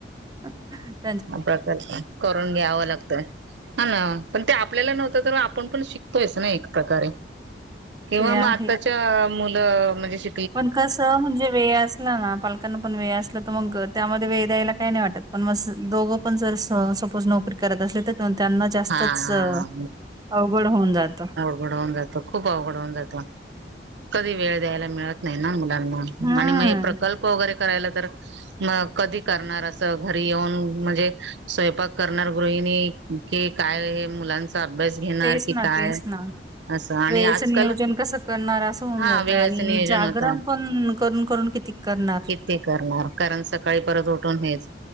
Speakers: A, on the right; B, on the right.
A: अ हा
B: हा प्रकल्प करून घ्याव लागतं हा ना पण ते आपल्याला नव्हतं तर आपण पण शिकतोयच ना एक प्रकारे किंवा
A: ते
B: मग
A: आहे.
B: आताच्या मुलं म्हणजे श
A: पण कस म्हणजे वेळ अस ना पालकांना पण वेळ असलं तर मग त्यामध्ये वेळ द्यायला काही नाही वाटत पण म दोघ ण जर सपोज नोकरी करत अस तर त्यांना जास्तच
B: हा हा
A: अवघड होऊन जात
B: वघड होऊन जात खूप अवघड होऊन जात कधी वेळ द्यायला मिळत नाही ना मुला
A: हम्म
B: आणि मग प्रकल्प वगैरे करायला तर मग कधी करणार असं घरी येऊन म्हणजे स्वयंपाक करणार गृहिणी कि काय हे मुलांचा अभ्यास घेणार
A: तेच
B: की
A: ना
B: काय
A: तेच ना
B: असं
A: वेळेचं
B: आणि आजकाल
A: नियोजन कसं करणार असं होऊन
B: हा
A: जात
B: वेळेचं
A: आणि
B: नियोजन
A: जागरण
B: होतं
A: पण करून करून किती करणार.
B: किती करणार कारण सकाळी परत उठून हेच